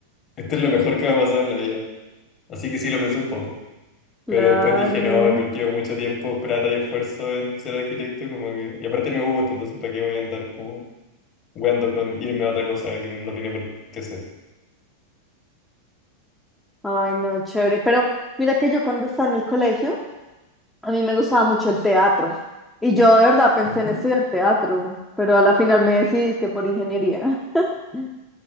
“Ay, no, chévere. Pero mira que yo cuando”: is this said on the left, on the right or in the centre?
Centre